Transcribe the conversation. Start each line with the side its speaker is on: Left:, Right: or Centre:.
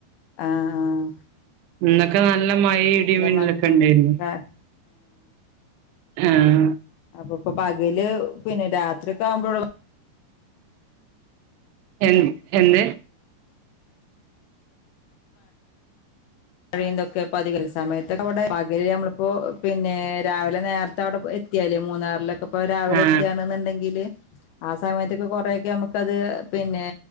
Left: ആഹ് ആഹ്
Right: ഇന്നൊക്കെ നല്ല മഴെമം
Left: മഞ്ഞും
Right: ക്കെ ഇണ്ടെരുന്നു
Left: ആഹ്
Right: ആഹ്
Left: അപ്പൊ ഇപ്പൊ പകല് പിന്നെ രാത്രി ഒക്കെ ആവുമ്പോള്ളൂ
Right: എന്ത് എന്ന്
Left: അറിന്തൊക്കെ പതികൽ സമയത്തൊക്കെ അവിടെ പകല് നമ്മളിപ്പോ പിന്നെ രാവിലെ നേരത്തെ അവിടെ എത്തിയാൽ മൂന്നാറിലൊക്കെ ഇപ്പൊ രാവിലെ
Right: ആ
Left: എത്തിയാണെന്നുണ്ടെങ്കിൽ ആ സമയത്തൊക്കെ കൊറെക്കെ ഞമ്മക്ക് ഞമ്മക്കത് പിന്നെ